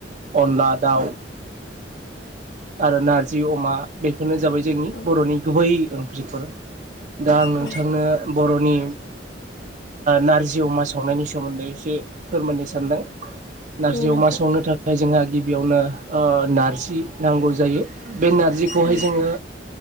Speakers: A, on the right; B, on the left.
A: अनला दाउ। आरो नारजि अमा बे बे फोरनो जाबाय जोंनि
B: औ
A: बर'नि गुबै ओंख्रिफोर दा आं नोंथांनो
B: औ
A: बर'नि नारजि अमा सावनायनि सोमोन्दै एसे फोरमायनो सानदों। नारजि
B: औ नोंथां
A: अमा संनो थाखाय जोंहा गिबियावनो नारजि नांगौ जायो। बे नारजिखौहाय
B: औ
A: जोङो